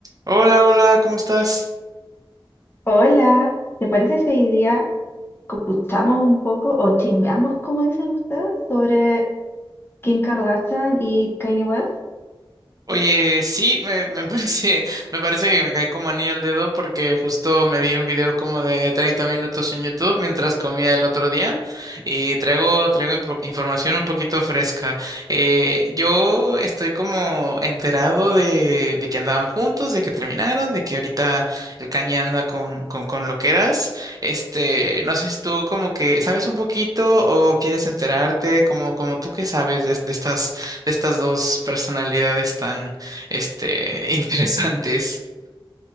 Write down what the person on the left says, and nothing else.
Hola, ¿te parece si hoy día computamos un poco o chismeamos, como dicen ustedes, sobre Kim Kardashian y Kanye West?